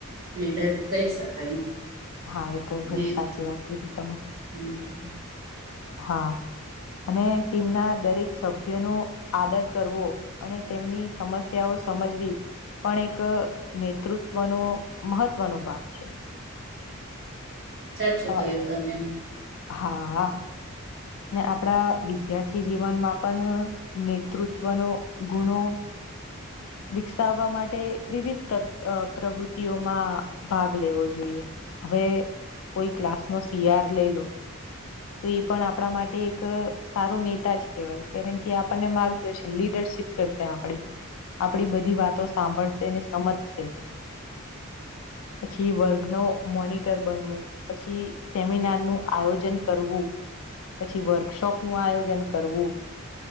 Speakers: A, on the right; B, on the left.
A: લીડર કહી શકાય.
B: હા એ તો ઘણી
A: ને
B: સાચી વાત કીધી તમે.
A: હમ. <inaudible>
B: હા. અને ટીમના દરેક સભ્ય નો આદર કરવો અને તેમની સમસ્યાઓ સમજવી પણ એક નેતૃત્વનો મહત્વનો ભાગ છે.
A: સાચું
B: અ
A: કહ્યું તમે.
B: હા. અને આપણા વિદ્યાર્થી જીવનમાં પણ નેતૃત્વનો ગુણો વિકસાવવા માટે વિવિધ પ્રવૃતિઓમાં ભાગ લેવો જોઈએ. હવે કોઈ ક્લાસનો સિયાર લઈ લો. તો એ પણ આપણા માટે એક સારો નેતા જ કહેવાય કારણ કે આપણને માર્ગદર્શન લીડરશિપ લીડરશીપ કરશે આપડી આપડી બધી વાતો સાંભળશેને સમજશે. <inaudible> <inaudible> પછી વર્ગનું મોનિટર બનવું પછી સેમિનાર નું આયોજન કરવું પછી વર્કશોપ નું આયોજન કરવું.